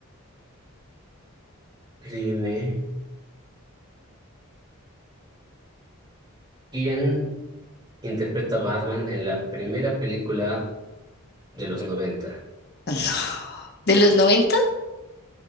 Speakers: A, on the right; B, on the left.
A: dime, ¿quién? interpreta a Batman en la primera película de los noventa,
B: Ah, no. ¿De los noventa?